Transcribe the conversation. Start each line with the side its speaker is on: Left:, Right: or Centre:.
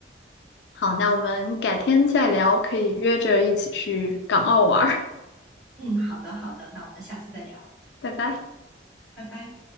Left: <laughs> 好，那我们改天再聊，可以约着一起去港澳玩儿。
Centre: 嗯，好的，好的，那我们下次再聊，
Left: <laughs> 拜拜。
Centre: 拜拜。